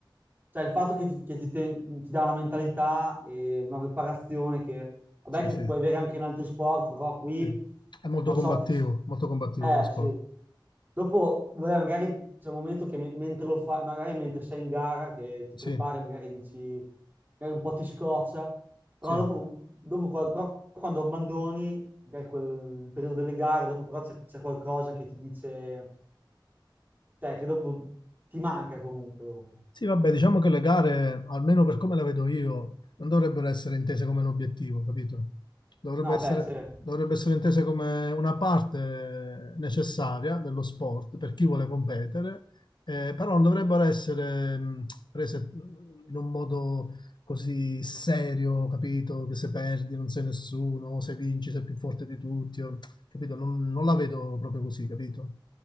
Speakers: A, on the right (about 25°); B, on the left (about 65°).
A: Cioè il fatto che ti, che ti te- ti dà una mentalità e una preparazione che... Vabbè
B: Sì,
A: che
B: sì,
A: puoi avere anche in altri sport, però qui,
B: sì. È molto
A: non
B: combattivo,
A: so, ti,
B: molto combattivo
A: eh
B: come sport.
A: sì. Dopo, vabbè, magari c'è un momento che me- mentre lo fai, magari mentre sei in gara, che ti
B: Sì,
A: prepari, magari dici, magari un po' ti scoccia, però
B: sì.
A: dopo, dopo qua- però quando abbandoni, magari quel il periodo delle gare, dopo però c'è c'è qualcosa che ti dice. Cioè, che dopo ti manca comunque dopo.
B: Sì, vabbè, diciamo che le gare, almeno per come la vedo io, non dovrebbero essere intese come un obiettivo, capito? Dovrebbe
A: No,
B: essere,
A: beh, certo.
B: dovrebbe essere intese come una parte necessaria dello sport per chi vuole competere, eh, però non dovrebbero essere mh, prese mh, in un modo così serio, capito? Che se perdi non sei nessuno, o se vinci sei più forte di tutti, o- capito? Non, non la vedo proprio così, capito?